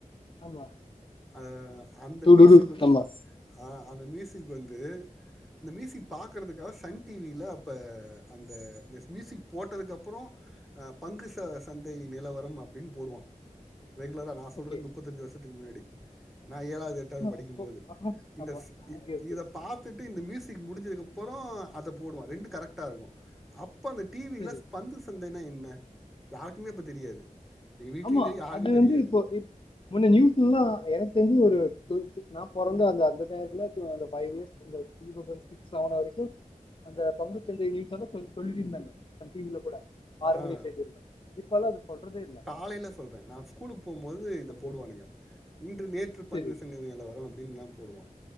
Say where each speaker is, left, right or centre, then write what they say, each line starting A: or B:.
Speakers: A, on the left (about 40°); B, in the centre.
A: ஆமா
B: அஹ அந்த
A: டுடுடு
B: மீயூசிக் வந்து
A: ஆமா
B: ஹ அந்த மீயூசிக் வந்து அந்த மீயூசிக் பார்க்கறதுக்காக சன் டிவில அப்போ அந்த இந்த பங்கு சொல்லு சந்தை நிலவரம் அப்படின்னு போடுவான் ரெகுலரா நான் சொல்றது
A: ஓகே
B: முப்பத்தஞ்சு வருஷ த்துக்கு முன்னாடி <inaudible> நான் ஏழாவது எட்டாவது படிக்கும்
A: அப்போ
B: போது
A: ஆஹா,
B: இந்த
A: ஆமா ஓகே ஓகே
B: இத பார்த்துட்டு இந்த மியூசிக் முடிஞ்சதுக்கப்புறம் அப்புறம் அத போடுவான் ரெண்டு கரெக்டா இருக்கும் அப் அப்ப டிவில
A: சரி
B: பந்து சந்த <unintelligible> என்ன யாருக்குமே இப்ப தெரியாது எங்க வீட்லயு
A: ஆமா
B: தெரி யாருக்கு
A: அது வந்து
B: தெரியாது
A: இப்போ இப் முன்ன நியூஸ்லெல்லாம் எனக் எனக்கு தெரிஞ்சு ஒரு டூவல்த் நா பொறந்த அந்த நேரத்துல பைவ் இயர்ஸ் இந்த சிக்ஸ் செவென் வரைக்கும் அந்த பங்கு சந்தை லீக்ஸ் வந்து சொல்லிருந்தாங்க சன்டிவி ல கூட ஆறு
B: ஆ
A: மணி செய்தில இப்பெல்லாம் அது சொல்றதே இல்ல
B: காலேல சொல்றேன் நான் ஸ்கூலுக்கு போகும்போது இத
A: ஓகே
B: போடுவானுங்க இன்று நேற்று
A: சரி
B: பந்து சந்தை நிலவரம் போடுவான்